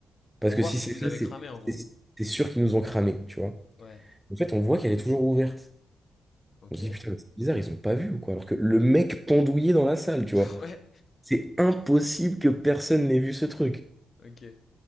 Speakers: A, in the centre; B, on the left.
A: Parce
B: Pour voir
A: que si
B: si
A: c'est
B: vous
A: ça,
B: avez
A: c'est
B: cramé, en gros.
A: c'est- c'est sûr qu'ils nous ont cramé, tu vois.
B: Ouais.
A: En fait, on voit qu'elle est toujours ouverte.
B: Ok.
A: On se dit, putain, mais c'est bizarre, ils ont pas vu ou quoi? Alors que le mec pendouillé dans la salle, tu
B: <laughs>
A: vois.
B: Ouais.
A: C'est impossible que personne n'ait vu ce truc.
B: Ok.